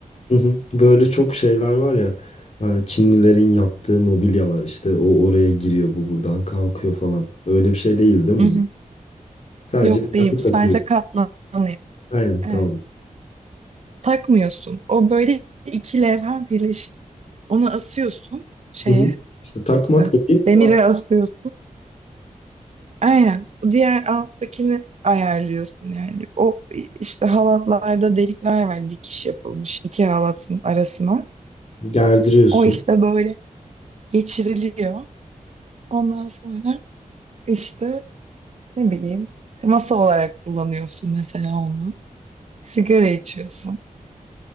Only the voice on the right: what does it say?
Hı hı.
Yok
değil
bu
sadece katlanıyor.
Evet.
Takmıyorsun. O böyle iki levha birleşik. Onu asıyorsun şeye,
e,
demire
asıyorsun. Aynen. Diğer alttakini ayarlıyorsun yani. O işte halatlarda delikler var. Dikiş yapılmış iki halatın arasına.
O işte böyle geçiriliyor. Ondan sonra işte ne bileyim masa olarak kullanıyorsun mesela onu. Sigara içiyorsun.